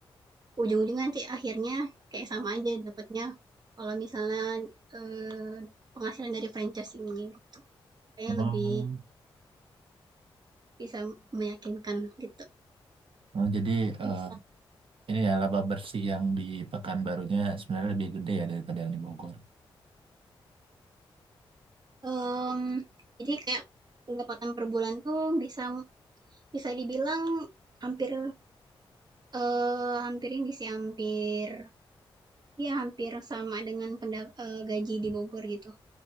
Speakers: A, on the right; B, on the right.
A: ujung-ujungnya nanti akhirnya kayak sama aja dapatnya kalau misalnya eh, penghasilan dari franchise ini gitu. Kayak
B: Oh.
A: lebih bisa meyakinkan gitu.
B: Nah, jadi eh,
A: Bisa,
B: ini ya laba bersih yang di Pekanbarunya sebenarnya lebih gede ya daripada yang di Bogor
A: mmm, jadi kayak pendapatan per bulan tuh bisa bisa dibilang hampir, eee, hampir ini sih, hampir ya hampir sama dengan penda eee, gaji di Bogor gitu.